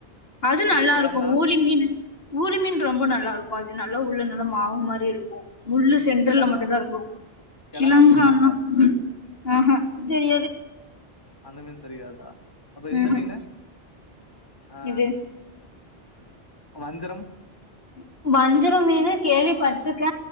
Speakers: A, on the left; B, on the left.
A: அது நல்லாருக்கு
B: கிழங்கா
A: ஊளி மீனு ஊளி மீன் ரொம்ப நல்லாருக்கு அது நல்லா உள்ள நல்ல மாவு மாரி இருக்கு முள்ளு சென்டரல்ல
B: கிழங்கா
A: மட்டுந்தா இருக்கு
B: கிழங்கா
A: கிலங்கானா
B: மீனும்பாங்க.
A: அ ஹ செரி எது
B: அந்த மீன் தெரியாதா அப்ப இந்த
A: ம்ஹும்
B: மீனு அ
A: இது
B: வஞ்சரம்
A: ம்ஹ் வஞ்சரொ மீனு கேள்வி பட்ருக்க